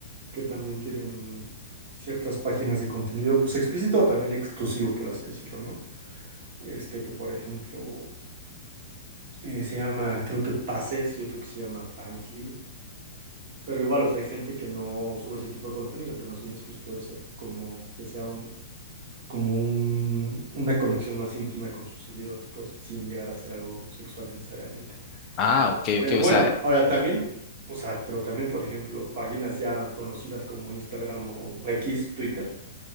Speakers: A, on the right (about 50°); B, on the left (about 30°).
A: que también tienen ciertas páginas de contenido, pues explícito o también exclusivo, por así decirlo, ¿no? este que por ejemplo eh, se llama, creo que Pases y otro que se llama Fansly, pero igual, o sea, hay gente que no sube ese tipo de contenido, que más bien es justo eso, como que sea un, como un, una conexión más íntima con sus seguidores, pues, sin llegar a ser algo sexual necesariamente.
B: Ah, ok,
A: Pero
B: ok,
A: bueno,
B: o sea,
A: ahora también, o sea, pero también, por ejemplo, páginas ya conocidas como Instagram o X, Twitter.